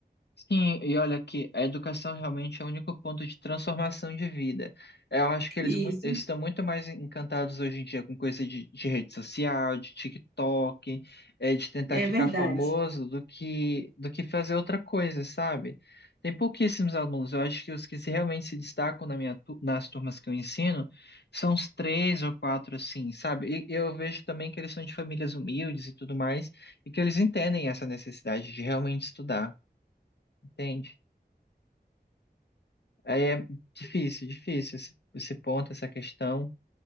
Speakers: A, on the left; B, on the right.
A: Sim, e olha que a educação realmente é o único ponto de transformação de vida. Eu acho que eles,
B: Isso,
A: mu- eles estão muito mais encantados hoje em dia com coisa de, de rede social, de TikTok, eh, de tentar
B: é
A: ficar
B: verdade.
A: famoso do que, do que fazer outra coisa, sabe? Tem pouquíssimos alunos. Eu acho que os que se- realmente se destacam na minha, tu- nas turmas que eu ensino são os três ou quatro, assim, sabe? E eu vejo também que eles são de famílias humildes e tudo mais, e que eles entendem essa necessidade de realmente estudar. Entende? Aí é difícil, difícil esse, esse ponto, essa questão.